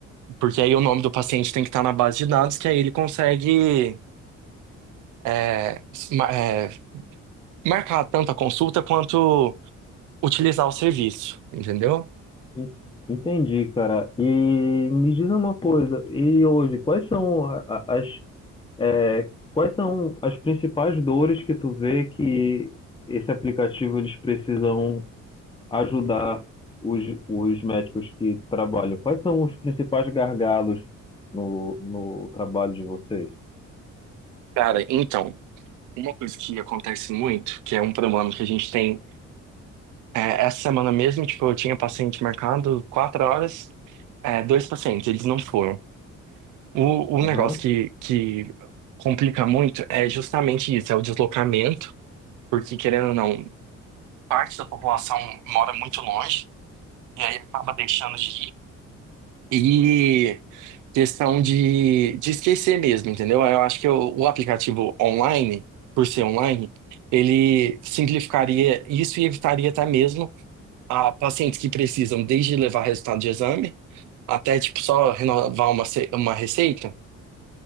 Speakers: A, on the right; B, on the left.
A: porque aí o nome do paciente tem que estar na base de dados, que aí ele consegue é, s- ma- é, marcar tanto a consulta quanto utilizar o serviço, entendeu?
B: En- Entendi, cara. E me diz uma coisa, e hoje, quais são a- a- as É, quais são as principais dores que tu vê que esse aplicativo eles precisam ajudar os, os médicos que trabalham? Quais são os principais gargalos no, no trabalho de vocês?
A: Cara, então, Uma coisa que acontece muito, que é um problema que a gente tem, é, essa semana mesmo, tipo, eu tinha paciente marcado quatro horas, é, dois pacientes, eles não foram. O, o
B: Aham,
A: negócio que, que complica muito é justamente isso, é o deslocamento, porque querendo ou não, parte da população mora muito longe, e aí acaba deixando de ir, E questão de, de esquecer mesmo, entendeu? Eu acho que o, o aplicativo online, por ser online, ele simplificaria isso e evitaria até mesmo a pacientes que precisam desde levar resultado de exame até tipo só renovar uma, ce- uma receita,